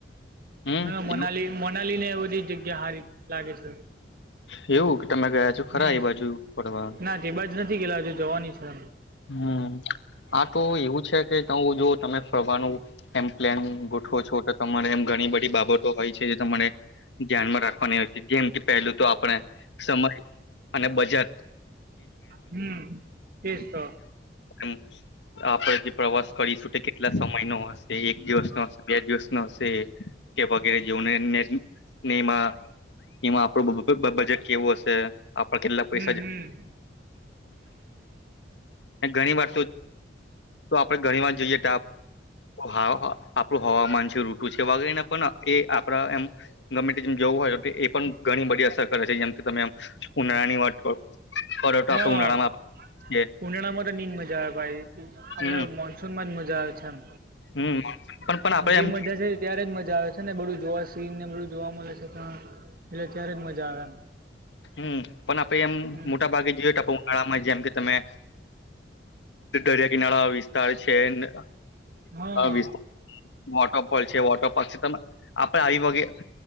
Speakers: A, on the left; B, on the right.
A: હમ
B: ભાઈ
A: એવું
B: મનાલી ના લ ને એ બધી જગ્યા હારી લાગે છે.
A: એવું કે તમે ગયા છો ખરા
B: હમ
A: એ બાજુ ફરવા
B: ના જે બાજ નથી ગેલા હજુ જવાની છે.
A: હમ આ તો એવું છે કે જો તમે ફરવાનું એમ. પ્લાન ગોઠવો છો તો તમારે એમ ઘણી બધી બાબતો હોય છે જે તમારે ધ્યાનમાં રાખવાની હોય છે. જેમ કે પહેલું તો આપણે સમય અને બજાર.
B: હમ એસ તો.
A: હમ્મ. આપણે જે પ્રવાસ કરીશું તો કેટલા સમય નો હશે એક દિવસ નો હશે બે દિવસ નો હશે. કે વગેરે જેવુ ને નેમા એમા આપડું બ બ બજેટ કેવું હશે આપણા કેટલા પૈસા
B: હમ હમ
A: ઘણી વાર તો આપણે ઘણી વાર જોઈએ હા હા આપણું હવામાન છે ઋતુ છે વગરને પણ એ આપડા એમ ગમે તેેમ જવું હોય એ પણ ઘણી બધી અસર કરે છે જેમ કે તમે ઉનાળાની વાત કરો પરોટો તાપ
B: હા
A: તો ઉનાળામાં છે.
B: ઉનાળામાં તો ની જ મજા આવે ભાઈ આપડે
A: હમ
B: મોનસૂનમાં જ મજા આવે છે એમ
A: હમ પણ પણ આપડે
B: જે
A: એમ
B: મજા છે ત્યારે જ મજા આવે છે ને બધું જોવાશે સીન ને બધું જોવા મલેે છે તા એટલે ત્યારે જ મજા આવે એમ
A: હમ પણ આપણે એમ
B: હમ
A: મોટા ભાગે જીયે તો આપણે ઉનાળામાં જેમ કે તમે દરિયા કિનારા વાળા વસિતાળ છે ને
B: હા
A: વિસ્તાર વોટરફોલ છે વોટર પાર્ક છે તમે આપડે આવી વાગે